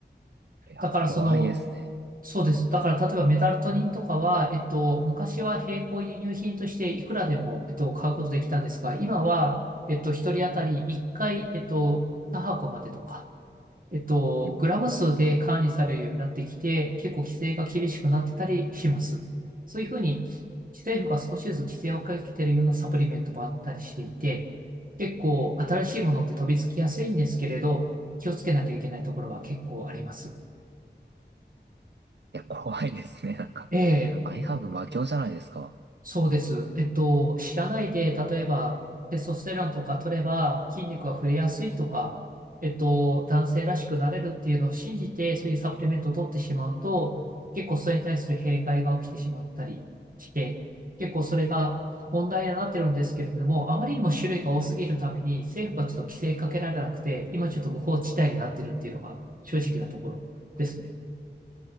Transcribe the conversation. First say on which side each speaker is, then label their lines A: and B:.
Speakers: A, on the right; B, on the right.
A: いや、
B: だからその、
A: 怖いですね。
B: そうです。だから、例えばメタルトニンとかは、えっと、昔は並行輸入品としていくらでも、えっと、買うことできたんですが、今は、えっと、一人当たり1回、えっと、2箱までとか、えっと、
A: うん
B: グラム数で管理されるようになってきて、結構規制が厳しくなってたりします。そういうふうに、政府が少しずつ規制をかけてるようなサプリメントもあったりしていて、結構新しいものって飛びつきやすいんですけれど、気をつけなきゃいけないところは結構あります。
A: いや、怖いですね。なんか、
B: ええ
A: アイハーブ魔境じゃないですか。
B: そうです。えっと、知らないで、例えば、テストステロンとか取れば筋肉が増えやすいとか、えっと、男性らしくなれるっていうのを信じて、そういうサプリメントを取ってしまうと、結構それに対する弊害が起きてしまったりして、結構それが問題になってるんですけれども、あまりにも種類が多すぎるために、政府がちょっと規制かけられなくて、今ちょっと無法地帯になってるっていうのが正直なところですね。